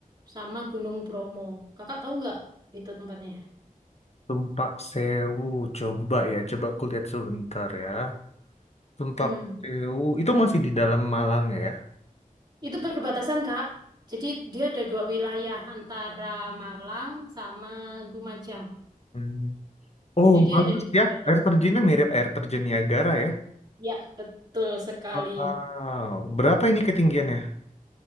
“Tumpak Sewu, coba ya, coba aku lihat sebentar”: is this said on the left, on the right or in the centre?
Left